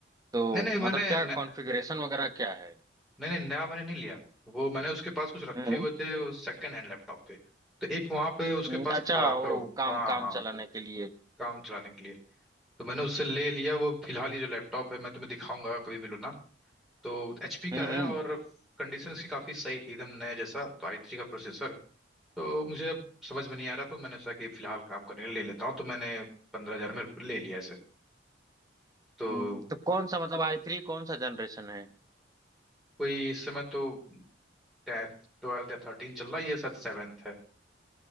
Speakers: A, on the right; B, in the centre.
A: तो
B: नहीं नहीं मैंने
A: मतलब क्या
B: न,
A: कॉन्फ़िगरेशन वगैरह क्या है
B: नहीं नहीं नया मैंने नहीं लिया वो मैंने उसके पास कुछ रखे
A: हम्म
B: हुए थे सेकंड हैंड लैपटॉप के तो एक वहां पे उसके
A: हम्म,
B: पास
A: अच्छा
B: था
A: वो
B: तो
A: काम
B: हाँ
A: काम
B: हाँ
A: चलाने के लिए
B: काम चलाने के लिए तो मैंने उससे ले लिया वो फिलहाल ये जो लैपटॉप है मैं तुम्हें दिखाऊंगा कभी मिलो ना तो एचपी
A: हम्म
B: का है
A: हम्म
B: और कंडीशन इसकी काफ़ी सही थी एकदम नया जैसा तो आई थ्री का प्रोसेसर तो मुझे अब समझ में नहीं आ रहा तो मैंने सोचा कि फिलहाल काम करने के लिए ले लेता हूँ तो मैंने पंद्रह हज़ार में ले लिया इसे तो
A: हम्म, तो कौन सा मतलब आई थ्री कौन सा जनरेशन है
B: कोई इस समय तो ट्वेल्थ या थर्टीन चल रहा है ये शायद सेवेंथ है